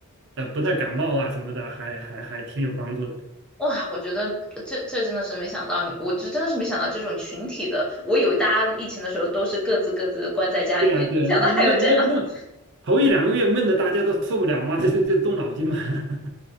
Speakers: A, on the right; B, in the centre.
A: 呃不太感冒啊什么的，还还还挺有帮助的。
B: 哇，我觉得这这真的是没想到你，我就真的是没想到这种群体的。我以为大家疫情的时候都是各自各自关在家里面，
A: 对啊，对啊，
B: 没想到还有这样
A: 那那闷闷闷，
B: <laughs>
A: 头一两个月闷的大家都受不了嘛，这这这动脑筋嘛。<laughs>